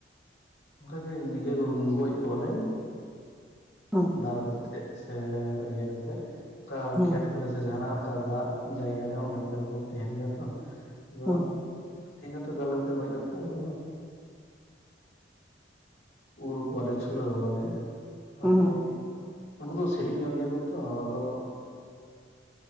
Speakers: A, on the left (about 60°); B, in the centre.
A: ᱚᱱᱠᱟ ᱜᱮ ᱤᱭᱟᱹ ᱠᱚ ᱜᱚᱡ ᱠᱚᱣᱟᱞᱮ।
B: ᱦᱚᱸ
A: ᱫᱟᱞ ᱠᱟᱛᱮᱸᱫ ᱥᱮ ᱤᱭᱟᱹ ᱠᱟᱛᱮ ᱚᱱᱠᱟ
B: ᱦᱚᱸ
A: ᱠᱷᱮᱛ ᱠᱚᱨᱮ ᱥᱮ ᱡᱟᱦᱟᱱᱟᱜ ᱚᱱᱠᱟ ᱫᱟᱜ ᱡᱟᱭᱜᱟ ᱨᱮ ᱚᱱᱟ ᱠᱚᱨᱮ ᱠᱚ ᱛᱟᱦᱮᱸᱱ ᱜᱮᱭᱟ ᱛᱚ ᱟᱫᱚ
B: ᱦᱚᱸ
A: ᱴᱷᱮᱝᱜᱟᱛᱮ ᱫᱟᱞ ᱠᱟᱛᱮ ᱜᱚᱡ ᱠᱟᱛᱮ ᱟᱫᱚ ᱩᱨ ᱠᱚᱣᱟᱞᱮ, ᱪᱷᱩᱞᱟᱹᱣ ᱠᱚᱣᱟᱞᱮ ᱛᱟᱨᱯᱚᱨ
B: ᱦᱚᱸ
A: ᱩᱱᱠᱩ ᱫᱚ ᱥᱤᱲᱤᱡ ᱧᱚᱜ ᱜᱮᱭᱟ ᱠᱚ ᱛᱚ ᱟᱫᱚ